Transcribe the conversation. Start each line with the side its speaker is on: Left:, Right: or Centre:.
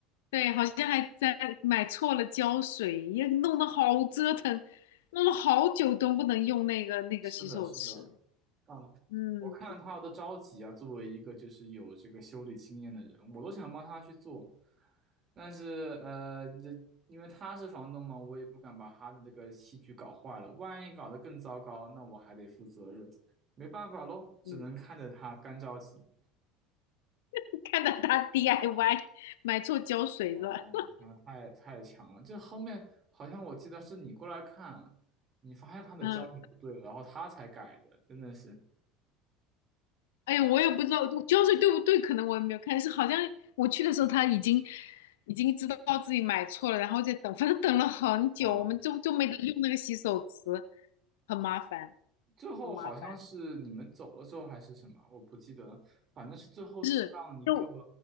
Left: 对，好像还在买错了胶水，也弄得好折腾，弄了好久都不能用那个那个洗手池。
Right: 是的，是的，啊，
Left: 嗯，
Right: 我看他的着急啊，作为一个就是有这个修理经验的人，我都想帮他去做，但是呃，这因为他是房东嘛，我也不敢把他的这个器具搞坏了，万一搞得更糟糕，那我还得负责任，没办法喽，只能看着他干着急。
Left: 嗯，<laughs> 看到他 DIY 买错胶水了，
Right: 哦，他太太强了，这后面好像我记得是你过来看，你发现他的焦点不对了然后他才改的，
Left: <laughs> 嗯，
Right: 真的是
Left: 哎呀，我也不知道胶水对不对，可能我也没有看，是好像我去的时候他已经已经知道自己买错了，然后在等，反正等了很久，
Right: 哇，
Left: 我们就就没得用那个洗手池，很麻烦，
Right: 最后好像是你们走了之后还是什么，
Left: 很麻烦。
Right: 我不记得了，反正是最后是让一个
Left: 是，就